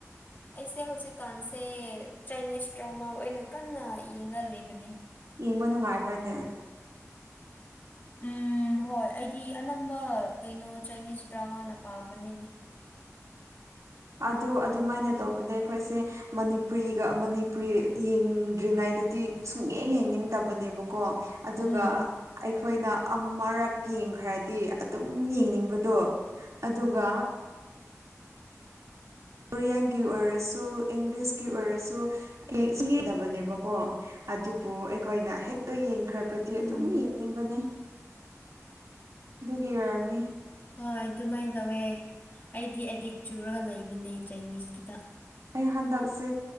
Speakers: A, on the left; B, on the right.
A: ꯑꯩꯁꯦ ꯍꯧꯖꯤꯛꯀꯥꯟꯁꯦ ꯆꯥꯏꯅꯤꯁ ꯗ꯭ꯔꯃꯥ ꯑꯣꯏꯅ ꯀꯟꯅ ꯌꯦꯡꯉ ꯂꯩꯕꯅꯦ
B: ꯌꯦꯡꯕ ꯅꯨꯡꯉꯥꯏꯕ꯭ꯔꯅꯦ
A: ꯎꯝ ꯎꯝ ꯍꯣꯏ ꯑꯩꯗꯤ ꯑꯅꯝꯕ ꯀꯩꯅꯣ ꯆꯥꯏꯅꯤꯁ ꯗ꯭ꯔꯃꯥꯅ ꯄꯥꯝꯕꯅꯤꯅꯦ <inaudible>
B: ꯑꯗꯣ ꯑꯗꯨꯃꯥꯏꯅ ꯇꯧꯕꯅꯦ ꯑꯩꯈꯣꯏꯁꯦ ꯃꯅꯤꯄꯨꯔꯤꯒ ꯃꯅꯤꯄꯨꯔꯤ ꯌꯦꯡꯗ꯭ꯔꯤꯉꯩꯗꯗꯤ ꯁꯨꯡꯌꯦꯡ ꯌꯦꯡꯅꯤꯡꯗꯕꯅꯦꯕ ꯀꯣ ꯑꯗꯨꯒ
A: ꯎꯝ
B: ꯑꯩ ꯑꯩꯈꯣꯏꯅ ꯑꯃꯔꯛ ꯌꯦꯡꯈ꯭ꯔꯗꯤ ꯑꯗꯨꯝ ꯌꯦꯡꯅꯤꯡꯕꯗꯣ ꯑꯗꯨꯒ ꯀꯣꯔꯤꯌꯥꯟꯒꯤ ꯑꯣꯏꯔꯁꯨ ꯏꯪꯂꯤꯁꯀꯤ ꯑꯣꯏꯔꯁꯨ ꯁꯨꯡ ꯌꯦꯡꯗꯕꯅꯦꯕꯀꯣ ꯑꯗꯨꯕꯨ ꯑꯩꯈꯣꯏꯅ ꯍꯦꯛꯇ ꯌꯦꯡꯈ꯭ꯔꯕ
A: ꯎꯝ
B: ꯗꯤ ꯑꯗꯨꯝ ꯌꯦꯡꯅꯤꯡꯕꯅꯦ ꯑꯗꯨꯒꯤ ꯑꯣꯏꯔꯝꯅꯤ
A: ꯍꯣꯏ ꯑꯗꯨꯃꯥꯏꯅ ꯇꯧꯋꯦ ꯑꯩꯗꯤ ꯑꯦꯗꯤꯛ ꯆꯨꯔꯒ ꯂꯩꯕꯅꯦ ꯆꯥꯏꯅꯤꯁꯀꯤꯗ
B: ꯑꯩ ꯍꯟꯗꯛꯁꯦ